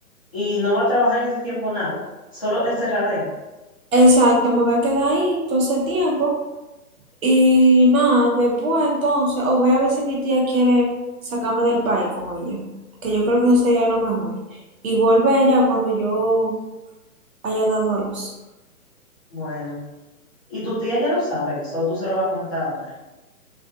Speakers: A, on the left; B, on the right.
A: y no va a trabajar en ese tiempo nada, solo encerrada ahí.
B: Exacto, me voy a quedar ahí todo ese tiempo. Y nada, después entonces, o voy a ver si mi tía quiere sacarme del país con ella, que yo creo que eso sería lo mejor. Y volver ya cuando yo haya dado a luz.
A: Bueno, y tu tía ya lo sabe eso, tú se lo vas a contar ahora.